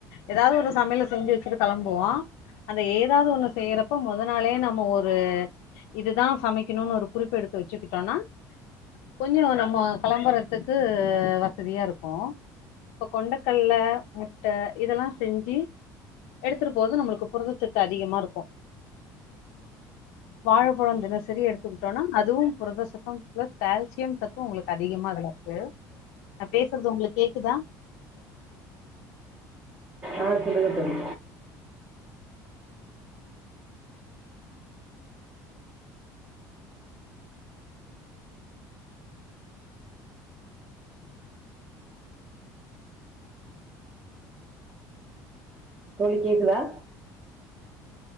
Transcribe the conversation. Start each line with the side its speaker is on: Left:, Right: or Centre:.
Left: எதாவது ஒரு சமையல செஞ்சு வெச்சுட்டு கெளம்புவோ அந்த ஏதாவது ஒண்ணு செய்யறப்ப மொதனாளே நம்ம ஒரு இதுதா சமைக்கணுன்னு ஒரு குறிப்பு எடுத்து வெச்சுக்கிட்டோன்னா கொஞ்சோ நம்ம களம்பறத்துக்கு வசதியா இருக்கு இப்ப கொண்டக்கடல முட்ட இதல்லா செஞ்சி எடுத்துட்டு போறது நம்மளுக்கு புரதச்சத்து அதிகமா இருக்கு வாழப்பழோ தினசரி எடுத்துக் ட்டோனா அதுவு புரதசத்து பிளஸ் கேல்சியம் சத்து உங்களுக்கு அதிகமா அதுல இருக்கு நா பேசறது உங்களுக்கு கேக்குதா
Right: ஆ சொல்லுங்க தோழி தோழி கேக்குதா